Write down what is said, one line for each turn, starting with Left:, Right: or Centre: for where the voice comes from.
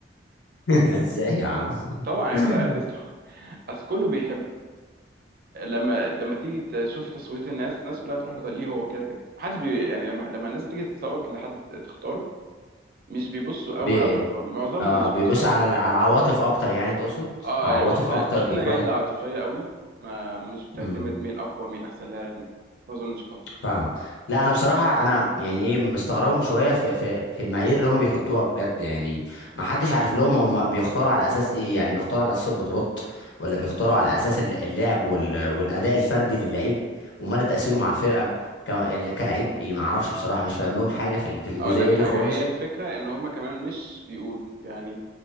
Left: <laughs> ازاي يا عم
Right: طبعا
Left: <laughs>
Right: هياخدها عادي اصل <laughs> اصل كله بيحبه فلما لما تيجي تشوف تصويت الناس الناس كلها تروح لط- ليه هو كده كده محدش بي يعني لما لما الناس تيجي تصوت لحد تختاره مش بيبصوا
Left: بي...
Right: قوي على الارقام معظمهم
Left: اه
Right: مش
Left: بيبص
Right: بيبصوا على
Left: على
Right: الارقام
Left: على العواطف اكتر يعني تقصد
Right: اه
Left: عواطف
Right: يعني بشوف
Left: اكتر
Right: بشوف
Left: بتروح
Right: انها جايزه عاطفيه قوي ما مش بتعتمد
Left: امم
Right: مين اقوى مين احسن لاعب مين ما اظنش خالص
Left: فاهمك لا انا بصراحه انا يعني ايه مستغربهم شويه في في في المعايير اللي هم بيحطوها بجد يعني ما حدش عارف لهم هم بيختاروا على اساس ايه يعني بيختاروا على اساس البطولات ولا بيختاروا على اساس ال- اللعب وال- والاداء الفردي للعيب ومدى تاثيره مع الفرقه كما- ال- كلاعب ايه ما اعرفش بصراحه مش فاهم لهم حاجه في ال- في الجزئيه
Right: اقول لك
Left: دي
Right: حاجه
Left: خالص
Right: هي الفكره ان هم كمان مش بيقولوا يعني